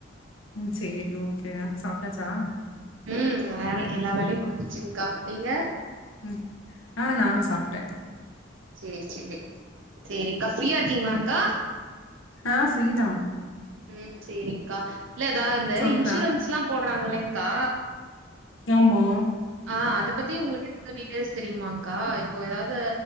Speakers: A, on the left; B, on the right.
A: ம் சேரி ஓகேடா சாப்ட்டாச்சா
B: ம் வேல எல்லா வேலையு முடிஞ்சுருச்சுங்க்கா நீங்க
A: ம் ஆ நானு சாப்ட்ட
B: சேர் சேரி சேரிங்க்கா ஃப்ரீயா இருக்கிங்ளாங்க்கா
A: ஆ ஃப்ரீதா
B: ம் சேரிங்க்கா இல்ல த இந்த
A: சொல்லுடா
B: இன்சூரன்ஸ் எல்லா போடுறாங்கெல்லைங் க்கா
A: ஆமா
B: ஆ அத பத்தி உங்களுக்கு எந்த டீட்டெயல்ஸ் தெரியுமாங்க்கா இப்ப எதாவது